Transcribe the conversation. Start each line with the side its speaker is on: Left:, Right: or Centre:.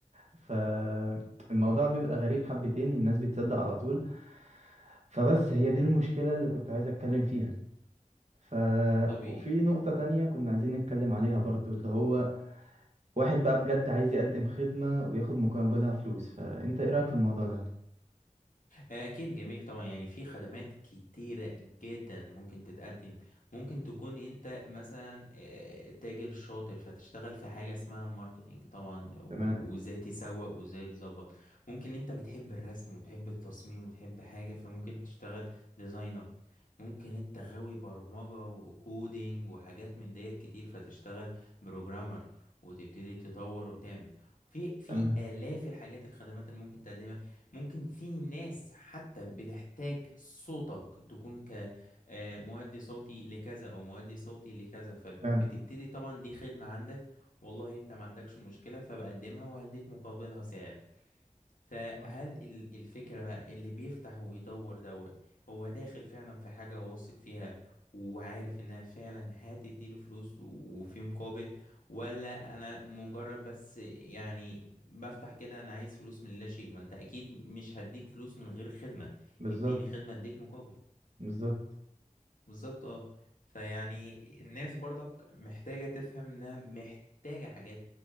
Right: فالموضوع بيبقى غريب حبتين الناس بتصدق على طول فبس هي دي المشكلة اللي كنت عايز أتكلم فيها ف
Left: طبيعي
Right: وفي نقطة تانية كنا عايزين نتكلم عليها برضو اللي هو واحد بقى بجد عايز يقدم خدمة وياخد مقابلها فلوس فأنت إيه رأيك في الموضوع ده؟
Left: آه، أكيد جميل طبعا يعني في خدمات كتيرة جدا ممكن تتقدم ممكن تكون أنت مثلا آه، تاجر شاطر فتشتغل في حاجة اسمها ماركتينج طبعا وإزاي
Right: تمام
Left: تسوق وإزاي تظبط ممكن أنت بتحب الرسم وتحب التصميم وتحب حاجة فممكن تشتغل ديزاينر ممكن أنت غاوي برمجة وكودينج وحاجات من ديت كتير فتشتغل بروجرامر وتبتدي تطور وتعمل في في
Right: تمام
Left: آلاف الحاجات الخدمات اللي ممكن تقدمها ممكن في ناس حتى بتحتاج صوتك تكون كمؤدي صوتي لكذا او مؤدي صوتي لكذا فبتبتدي
Right: فعلا
Left: طبعا دي خدمة عندك والله انت ما عندكش مشكلة فبقدمها وهديك مقابلها سعر فهل
Right: آه.
Left: ال- الفكرة بقى اللي بيفتح وبيدور دوت هو داخل فعلا في حاجة واثق فيها وعارف انها فعلا هتديله فلوس و- وفي مقابل ولا انا مجرد بس يعني بفتح كده انا عايز فلوس من لا شيء ما انت اكيد مش هديك فلوس من غير خدمة
Right: بالظبط
Left: اديني خدمة اديك مقابل
Right: بالظبط
Left: بالظبط اه فيعني الناس برضك محتاجة تفهم انها محتاجة حاجات